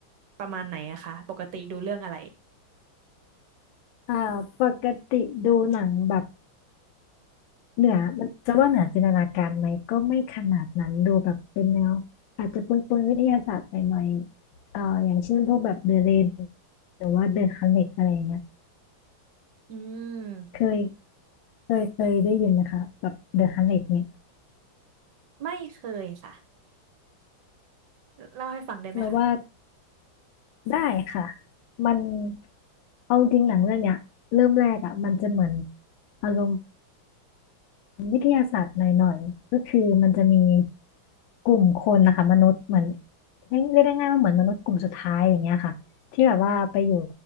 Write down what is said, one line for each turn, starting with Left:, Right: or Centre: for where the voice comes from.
Right: ประมาณไหนอะคะปกติดูเรื่องอะไร
Left: อ่าปกติดูหนังแบบเหนือมันจะว่าเหนือจินตนาการไหมก็ไม่ขนาดนั้นดูแบบเป็นแนวอาจจะปนปนวิทยาศาสตร์หน่อยๆเอ่ออย่างเช่นพวกแบบเดอะเรนหรือว่าเดอะฮันเ e ตอะไรอย่างเงี้ย
Right: อืม
Left: เคยเคยเคยได้ยินนะคะแบบเดอะฮันเ e ตเนี่ย
Right: ไม่เคยค่ะเล่าให้ฟังได้ไหมคะ
Left: เราว่า ได้ค่ะมันเอาจริงหนังเรื่องเนี้ยเริ่มแรกอ่ะมันจะเหมือนอารมณ์วิทยาศาสตร์หน่อยๆก็คือมันจะมีกลุ่มคนนะคะมนุษย์เหมือนเรียกได้ง่ายว่าเหมือนมนุษย์กลุ่มสุดท้ายอย่างเงี้ยค่ะที่แบบว่าไปอยู่